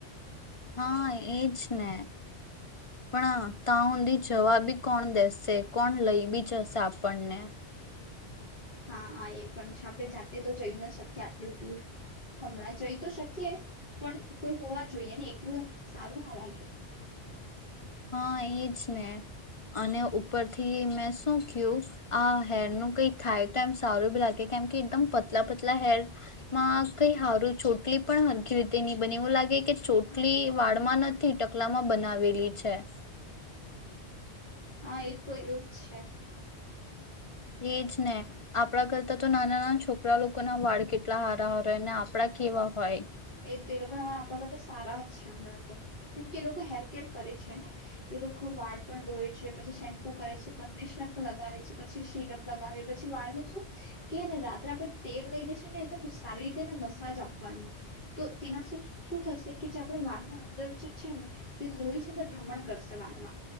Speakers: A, on the left; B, on the left.
A: હા એજ ને પણ તાં ઊંધી જવા બી કોણ દેસે કોણ લઈ બી જશે આપણને
B: હા હા એ પણ આપણે જાતે તો જઈ ન શકીએ આટલું જ દૂર હમણાં જઈ તો શકીએ પણ કોઈ હોવા જોઈએ ને એટલું એ સારું ના લાગે
A: હા એજ ને અને ઉપરથી મેં શું કય્યું આ હેરનું કઈ થાય તો એમ સારું બી લાગે કેમ કે એકદમ પતલા પતલા હેર માં કઈ સારું ચોટલી પણ હરખી રીતે નહી બને એવું લાગે કે ચોટલી વાળમાં નથી ટકલામાં બનાવેલી છે
B: હા એ તો એવુંજ છે
A: એજ ને આપણા કરતા તો નાના નાના છોકરા લોકો ના વાળ કેટલા હારાહાર હોય ને આપણા કેવા હોય
B: એ તો એ લોકોના વાળ આપણા કરતા સારા જ હમણાં તો કેમ કે એ લોકો હેર કેર કરે છે ને એ લોકો વાળ પણ ધોવે છે પછી શેમ્પુ કરે છે કન્ડિશનર પણ લગાવે છે પછી સીરમ લગાવે પછી વાળને શું કે ને રાત્રે આપે તેલ લઈને છે ને એકદમ સારી રીતેને મસાજ આપવાની તો તેનાથી શું થશે કે જે આપણે વાળના અંદર જે છે ને તે લોહી છે ભ્રમણ કરશે વાળમાં